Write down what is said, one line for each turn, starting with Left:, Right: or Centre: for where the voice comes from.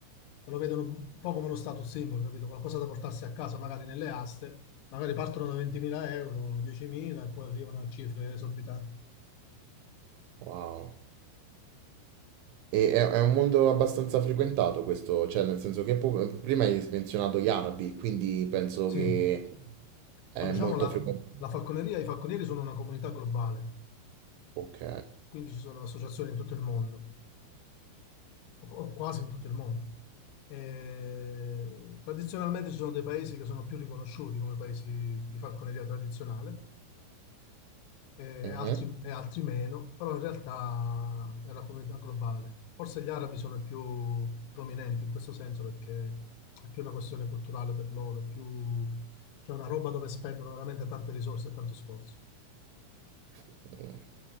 Left: lo vedono un po' come uno status symbol, capito? Qualcosa da portarsi a casa, magari nelle aste, magari partono da 20.000 euro, 10.000 e poi arrivano a cifre esorbitanti.
Right: Wow. E è, è un mondo abbastanza frequentato questo, cioè nel senso che pu- prima hai menzionato gli arabi, quindi penso
Left: Sì,
Right: che è
Left: ma diciamo
Right: molto
Left: la,
Right: frequentato.
Left: la falconeria, i falconieri sono una comunità globale,
Right: Ok.
Left: quindi ci sono associazioni in tutto il mondo, o, o quasi in tutto il mondo. E tradizionalmente ci sono dei paesi che sono più riconosciuti come paesi di falconeria tradizionale e
Right: Mhm.
Left: altri, e altri meno, però in realtà è una comunità globale. Forse gli arabi sono i più prominenti in questo senso perché è più una questione culturale per loro, è più, c'è una roba dove spendono veramente tante risorse e tanto sforzo.
Right: Mm,